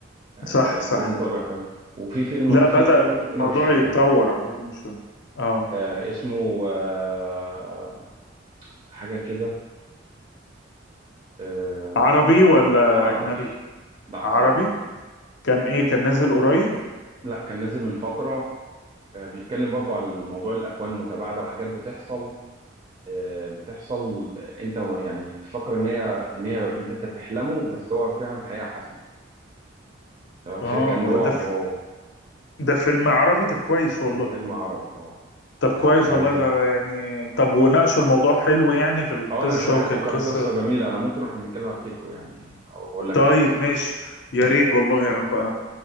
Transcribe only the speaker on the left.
صح صح
لا
بدأ
الموضوع
يتطور
عندنا شوية اه
عربي ولا
اجنبي
عربي كان ايه كان نازل قريب
اه
والله
ده
ده فيلم عربي طب كويس والله
طب
كويس
والله
ده يعني طب وناقشوا الموضوع حلو يعني في القصة
وكانت
قصة
طيب
ماشي يا ريت والله يعني بقى